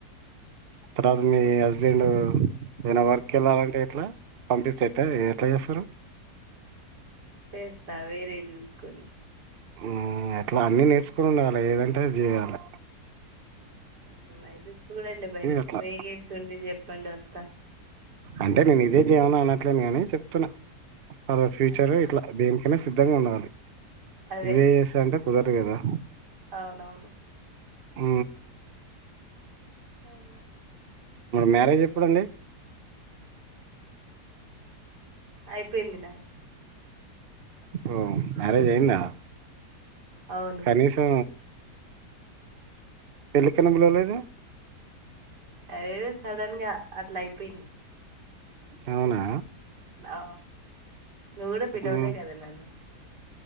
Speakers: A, on the right; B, on the right.
A: తర్వాత మీ హస్బెండ్ ఏదన్న వర్కెళ్ళాలంటే ఎట్లా పంపిస్తే ఎట్లా చేస్తారు.
B: చేస్తా వేరే చూస్కొని.
A: హ్మ్ ఎట్ల అన్ని నేర్చుకొని ఉండలె ఏదంటే అద్ చేయాలె.
B: అయితే సూ
A: అట్లా
B: ప్పండ్ ఒస్త
A: అంటే నేన్ ఇదే చేయమని అన్నట్లే అదో ఫ్యూచర్
B: ఆ
A: ఇట్లా దేనికన్న సిద్ధంగా ఉండాలి.
B: అదే
A: ఇదే చేస్తా అంటే కుదరదు కదా
B: అవునవును
A: అ
B: అవును
A: మ మ్యారేజ్ ఎప్పుడండి
B: అయిపోయింది నాది
A: ఓ మ్యారేజ్ అయిందా
B: అవును
A: కనీసం పెళ్లికనా పిలవలేదు
B: అదేద సడన్ గా అట్లా అయిపోయింది
A: అవునా
B: ఆ నువ్వు కూడా పిలవలే
A: మ్మ్.
B: కదా నన్ను